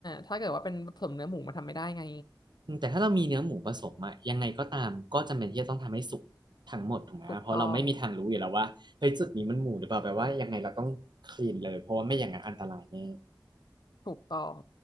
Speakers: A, on the left (about 65°); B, on the right (about 70°).
A: ถ้าเกิดว่าเป็นผสมเนื้อหมูมันทำไม่ได้ไง
B: อืมแต่ถ้าเรามีเนื้อหมูผสมอะยังไงก็ตามก็จำเป็นที่จะต้องทำให้สุกทั้งหมดถูกไหมเพราะเราไม่มีทางรู้อยู่แล้วว่าเฮ้ยจุดนี้มันหมูหรือเปล่าแปลว่ายังไงเราต้องคลีนเลยเพราะว่าไม่อย่างนั้นอันตรายแน่
A: ถูกต้อง ถูกต้อง